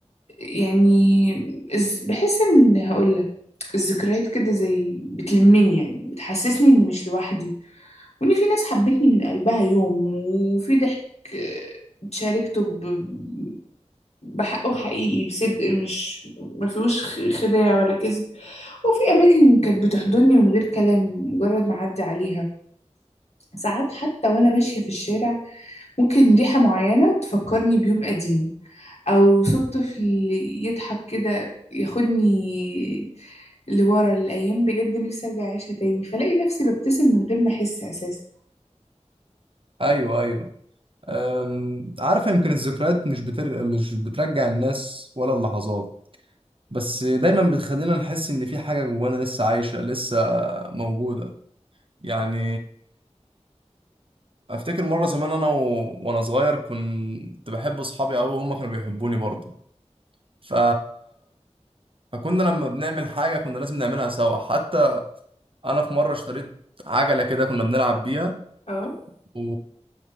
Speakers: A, on the left (about 60°); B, on the right (about 50°).
A: يعني إز- بحس إن هقولك الذكريات كده زي بتلمني يعني بتحسسني إني مش لوحدي وإن في ناس حبتني من قلبها يوم وفي ضحك آه، شاركته ب- بحقه حقيقي بصدق مش ما فيهوش خ- خداع ولا كذب وفي أماكن كانت بتحضني من غير كلام مجرد ما أعدي عليها ساعات حتى وأنا ماشية في الشارع ممكن ريحة معينة تفكرني بيوم قديم او صوت طفل يضحك كده ياخدني لورا الايام بجد نفسي ارجع اعيشها تاني فلاقي نفسي ببتسم من غير ما احس اساسا
B: ايوه ايوه أم، عارف يمكن الذكريات مش بتر... مش بترجع الناس ولا اللحظات بس دايما بتخلينا نحس ان في حاجة جوانا لسه عايشة لسه موجودة يعني افتكر مرة زمان انا و... وانا صغير كنت بحب اصحابي قوي وهم كانوا بيحبوني برضه ف... فكنا لما بنعمل حاجة كنا لازم نعملها سوا حتى انا في مرة اشتريت عجلة كده كنا بنلعب بيها
A: اه
B: و...